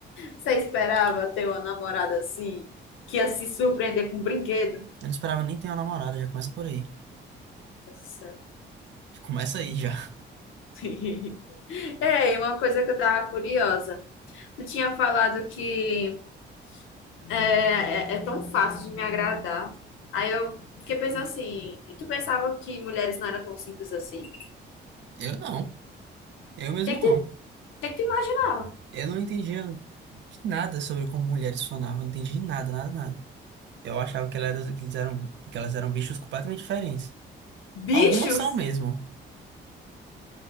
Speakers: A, on the left; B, on the right.
A: Você esperava ter uma namorada assim, que ia se surpreender com um brinquedo?
B: Eu não esperava nem ter uma namorada, já começa por aí.
A: Meu Deus do céu.
B: Já Começa aí já.
A: <laughs> Ei, uma coisa que eu tava curiosa. Tu tinha falado que é, é, é tão fácil de me agradar. Aí eu fiquei pensando assim, e tu pensava que mulheres não eram tão simples assim?
B: <laughs> Eu não. Eu mesmo
A: Tem que
B: não.
A: te, tem que te imaginar.
B: Eu não entendia nada sobre como mulheres funcionavam. Não entendi nada, nada, nada. Eu achava que elas eram, que eles eram- que elas eram bichos completamente diferentes.
A: Bichos!
B: Algumas são mesmo.